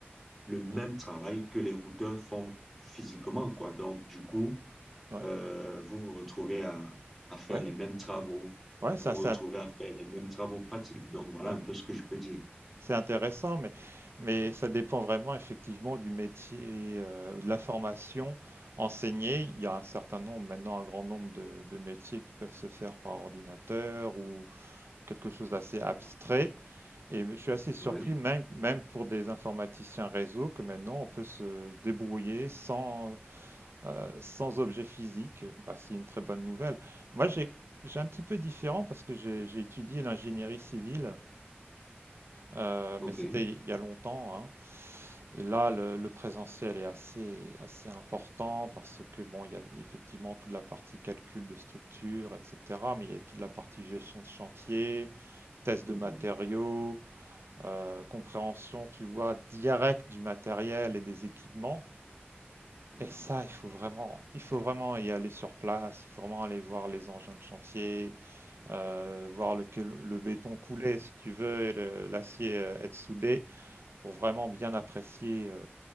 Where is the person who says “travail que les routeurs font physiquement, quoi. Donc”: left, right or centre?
Centre